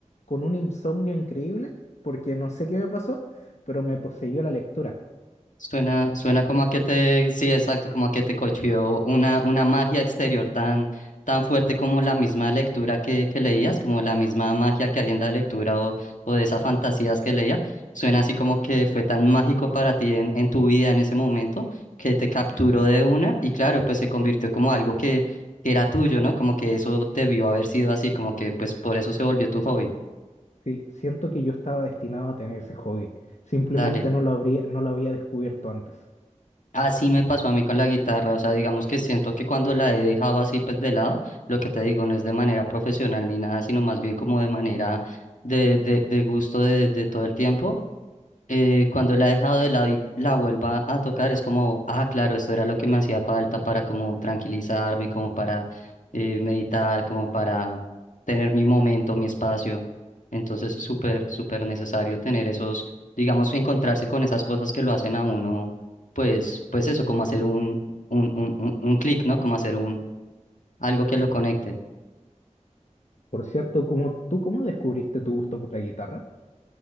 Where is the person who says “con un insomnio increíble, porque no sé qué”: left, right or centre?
Left